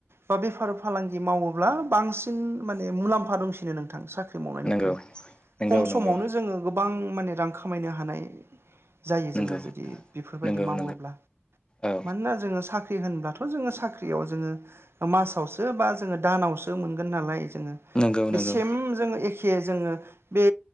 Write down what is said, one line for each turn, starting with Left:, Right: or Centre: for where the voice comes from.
Right: बा बेफार फालांगि मावोब्ला बांसिन माने मुलाम्फा दंसिनो नोंथां सा ख्रि मावनायनिख्रुइ
Left: नोंथां साख्रि मावनायनिख्रुइ
Right: खम समावनो जोङो गो माने रां खामायनो हानाय जायो
Left: नंगौ
Right: जोङो जुदि बेफोरबायदि मावोब्ला
Left: नंगौ औ
Right: मानोना जोङो साख्रि होनब्ला थ' जोङो साख्रियाव जोङो मासावसो बा जोङो दानावसो मोनगोन नालाय जोङो
Left: नंगौ
Right: बे
Left: नंगौ
Right: सेम जोहो एखे जोङो बे